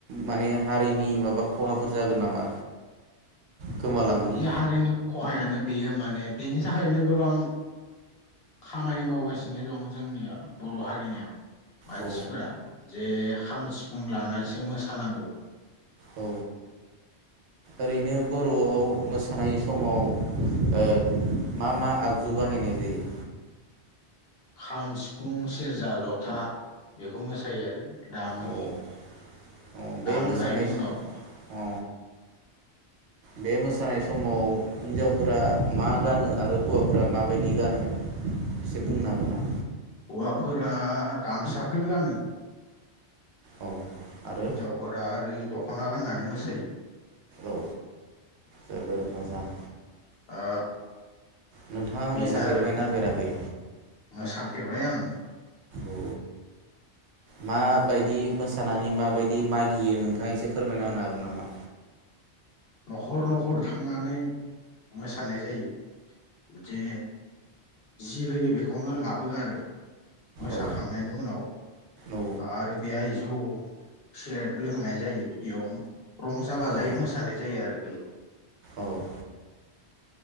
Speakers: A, on the right (about 80°); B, on the left (about 60°).
A: माने हारिनि माबा खहाफोर जागोन नामा गोमालांनो
B: बे हारिनि खहायानो बेयो माने बेनि थाखायनो गोबां खामानि मावगासिनो दं जोंनिया बर' हारिनिया मानसिफोरा।
A: औ
B: जे खाम सिफुं लानानैसो मोसानांगौ।
A: औ ओरैनो बर'आव मोसानाय समाव ओ मा मा आगजु बाहायनाय जायो?
B: खाम सिफुं सेरजा जथा बेखौ मोसायो आरो दामो
A: औ औ बे
B: दामनायनि
A: मोसानाय
B: उनाव
A: अ बे मोसानाय समाव हिनजावफोरा मा गानो आरो हौवाफोरा माबायदि गानो एसे बुंनो हागोन ना?
B: हौवाफोरा गामसाखौनो गानो।
A: औ आरो
B: हिनजावफोरा आरो दख'ना गाननानै मोसायो।
A: औ जोबोर मोजां।
B: ओ
A: नोंथाङा
B: बेनो
A: मोसाफेरबायना
B: आरो
A: फेराखै
B: मोसाफेरबाय आं।
A: औ माबायदि मोस सानानै माबायदि मागियो नों थाङा एसे फोरमायना होनो हागोन नामा?
B: न'खर न'खर थांनानै मोसानाय जायो जे जि होयो बेखौनो लाबो आरो मोसाखांनायनि
A: औ
B: उनाव
A: औ
B: आरो बे जौ सेरेब लोंनाय जायो बेयाव रंजाबा
A: औ
B: जायो मोसानाय। जायो आरो बेयो।
A: औ।